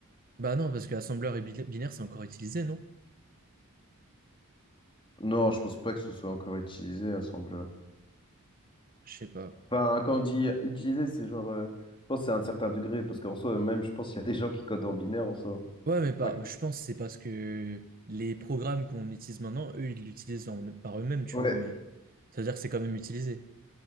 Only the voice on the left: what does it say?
Non, je pense pas que ce soit encore utilisé, assembleur.
Enfin, quand on dit utiliser c'est genre, euh, je pense que c'est à un certain degré, parce qu'en soi, même je pense qu'il y a des gens qui codent en binaire en soi.
Ouais.
Ouais.